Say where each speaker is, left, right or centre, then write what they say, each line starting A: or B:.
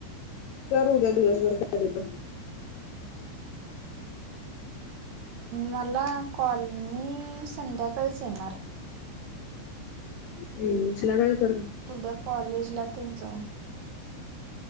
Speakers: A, on the left (about 75°); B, on the right (about 65°).
A: कर उद्या दिवसभर कधी पण.
B: मला कॉल मी संध्याकाळीच येणार.
A: हम्म चिलागाळी कर.
B: उद्या कॉलेजला तेन जाऊन ये.